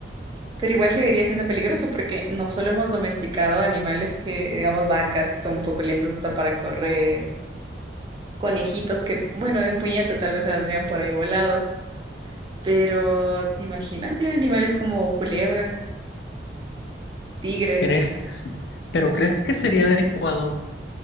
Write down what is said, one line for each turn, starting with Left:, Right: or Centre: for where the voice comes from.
Right: Pero igual seguiría siendo peligroso porque no solo hemos domesticado animales que, digamos, vacas que son un poco lentas hasta para correr, conejitos que, bueno, de un puñete tal vez saldrían por ahí volados, pero ¿te imaginas de animales como culebras, tigres?
Left: ¿Crees, pero crees que sería adecuado